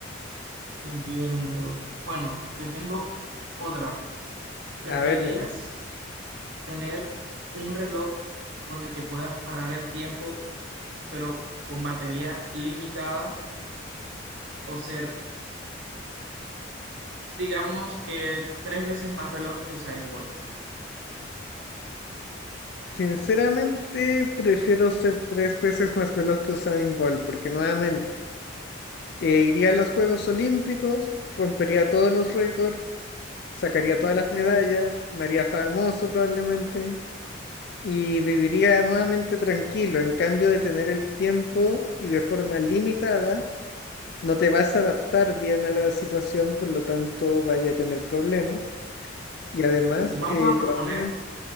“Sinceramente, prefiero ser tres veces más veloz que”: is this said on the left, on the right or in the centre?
Left